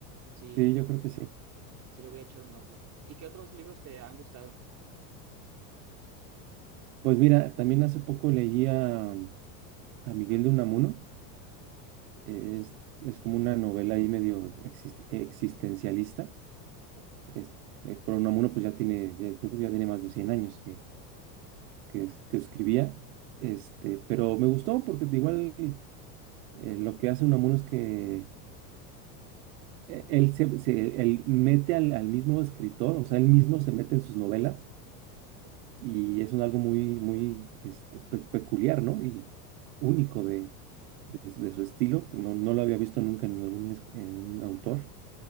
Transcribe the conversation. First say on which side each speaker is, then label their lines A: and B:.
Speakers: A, on the right; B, on the right.
A: Sí,
B: Sí, yo creo que sí.
A: Sí, le voy a echar un ojo. ¿Y qué otros libros te han gustado?
B: Pues mira, también hace poco leí a, a Miguel de Unamuno, eh, es,
A: Miguel
B: es
A: de
B: como
A: Unamuno.
B: una novela ahí medio exist- existencialista,
A: Ok,
B: es, eh, pero Unamuno pues ya tiene, ya- yo creo que ya tiene más de 100 años que, que, es- que
A: ok,
B: escribía, este, pero me gustó porque igual eh, lo que hace Unamuno es que eh, Él se, se- él mete al, al mismo escritor, o sea, él mismo se mete en sus novelas
A: ok,
B: y es un algo muy, muy, este, pues, peculiar, ¿no? Y único de, de, de su estilo, que no, no lo había visto nunca en algún es- en un autor,